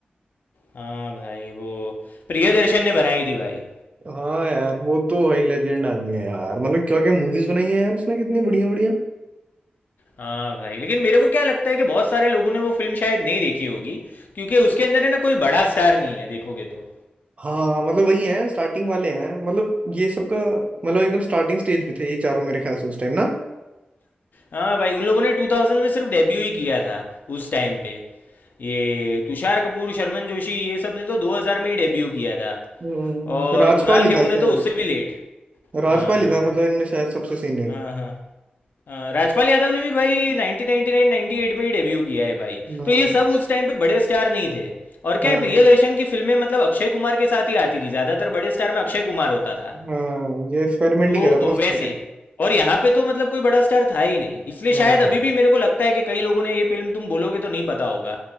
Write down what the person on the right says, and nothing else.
हाँ यार वो तो भाई लेजेंड आदमी है यार मतलब क्या क्या मूवीज बनाई है यार उसने कितनी बढ़िया बढ़िया
हाँ मतलब वही है स्टार्टिंग वाले हैं मतलब ये सबका मतलब एकदम स्टार्टिंग स्टेज पे थे ये चारों मेरे ख्याल से उस टाइम ना
हम्म,
राजपाल
ही
था शायद
राजपाल
ही था मतलब इनमें शायद सबसे सीनियर
हाँ
हाँ
हाँ ये एक्सपेरिमेंट
ही करा था उसने
एक टाइम
हाँ